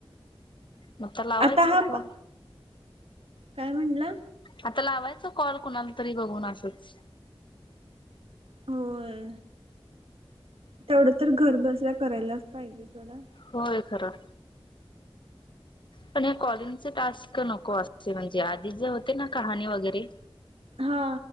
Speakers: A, on the left; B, on the right.
A: मग तर लावायचं
B: आता हा
A: का?
B: पा काय म्हणलं?
A: आता लावायचा कॉल कुणाला तरी बघून असच.
B: होय तेवढं तर घरबसल्या करायलाच पाहिजे थोडा
A: होय खरं. पण हे कॉलिंगचे टास्क नको असे म्हणजे आधी जे होते ना कहाणी वगैरे
B: हा.